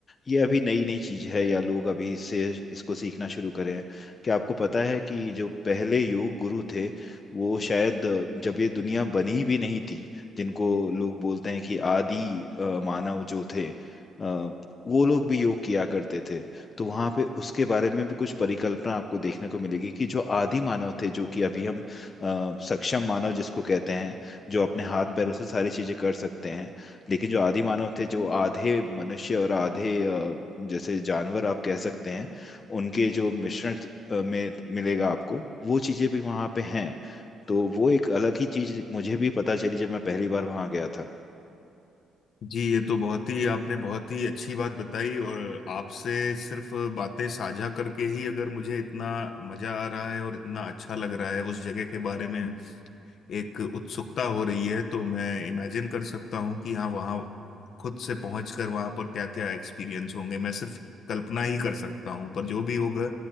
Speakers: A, on the left; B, on the left.
A: ये अभी नई नई चीज है या लोग अभी इससे इसको सीखना शुरू करे हैं क्या आपको पता है कि जो पहले योग गुरु थे वो शायद जब ये दुनिया बनी भी नहीं थी जिनको लोग बोलते हैं कि आदि अ, मानव जो थे अ, वो लोग भी योग किया करते थे तो वहां पे उसके बारे में भी कुछ परिकल्पना आपको देखने को मिलेगी कि जो आदि मानव थे जो कि अभी हम अ, सक्षम मानव जिसको कहते हैं जो अपने हाथ
B: हम्म
A: पैरों से सारी चीजें कर सकते हैं लेकिन जो आदि मानव थे जो आधे मनुष्य और आधे अ, जैसे जानवर आप कह सकते हैं उनके जो मिश्रण अ, में मिलेगा आपको वो चीजें भी वहां पे हैं तो वो एक अलग ही चीज मुझे भी पता चली जब मैं पहली बार वहां गया था
B: जी ये तो बहुत ही आपने बहुत ही अच्छी बात बताई और आपसे सिर्फ बातें साझा करके ही अगर मुझे इतना मजा आ रहा है और इतना अच्छा लग रहा है उस जगह के बारे में एक उत्सुकता हो रही है तो मैं इमेजिन कर सकता हूँ कि हाँ वहाँ खुद से पहुँच कर वहाँ पर क्या क्या एक्सपीरियंस होंगे मैं सिर्फ कल्पना ही कर सकता हूँ पर जो भी होगा